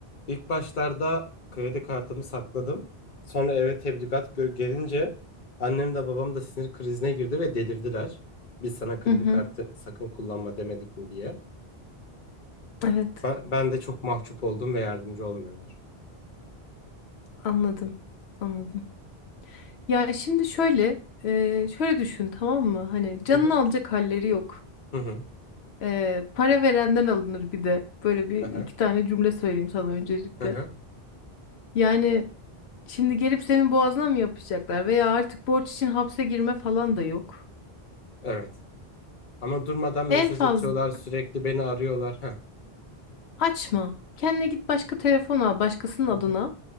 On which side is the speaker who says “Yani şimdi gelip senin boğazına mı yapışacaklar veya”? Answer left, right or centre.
Left